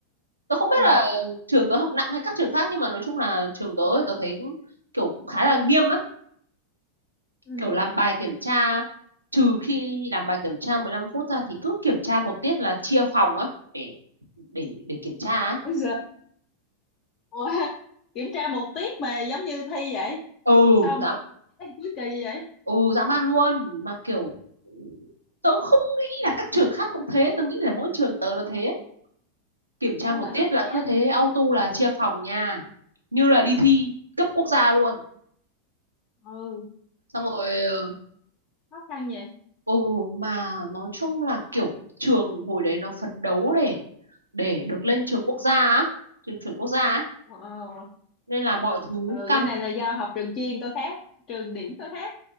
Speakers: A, on the right; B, on the left.
A: Tớ không biết
B: ừ.
A: là trường tớ học nặng hay các trường khác nhưng mà nói chung là trường tớ thì tớ thấy cũng kiểu khá là nghiêm
B: ừ.
A: kiểu làm bài kiểm tra trừ khi làm bài kiểm tra 15 phút ra thì cứ kiểm tra một tiết là chia phòng á để để để kiểm tra á.
B: Bây giờ ủa, <laughs> kiểm tra một tiết mà giống như thi vậy.
A: ừ
B: Sao mà
A: dã
B: thi cuối kỳ vậy?
A: ừ dã man luôn mà kiểu tớ không nghĩ là các trường khác cũng thế tớ nghĩ là mỗi trường tớ nó thế kiểm tra
B: Không
A: một
B: lần
A: tiết
B: đầu
A: là
B: nghe
A: cứ
B: á.
A: thế auto là chia phòng nha như là đi thi cấp quốc gia luôn
B: Ừ,
A: xong rồi ờ,
B: khó khăn vậy.
A: ừ mà nói chung là kiểu trường hồi đấy nó phấn đấu để để được lên trường quốc gia á trường chuẩn quốc gia ấy
B: Wow.
A: nên là mọi thứ
B: Ừ,
A: căng
B: cái này là do học trường chuyên có khác, trường điểm có khác.